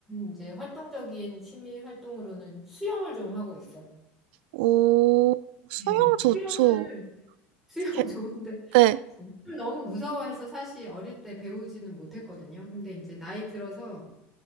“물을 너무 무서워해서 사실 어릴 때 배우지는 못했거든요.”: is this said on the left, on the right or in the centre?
Centre